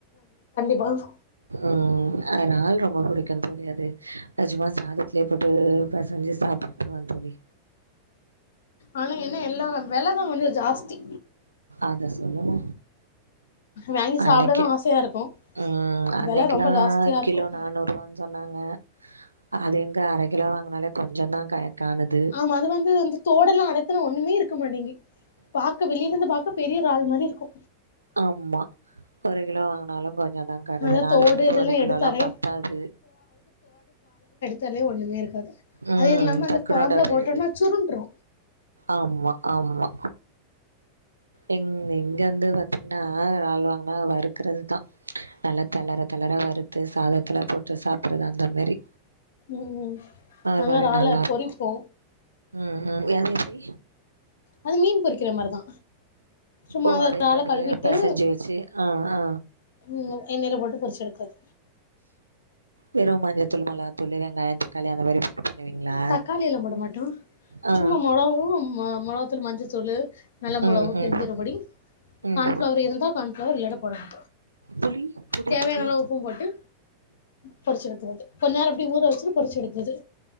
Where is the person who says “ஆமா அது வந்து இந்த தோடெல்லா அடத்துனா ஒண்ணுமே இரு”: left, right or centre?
Left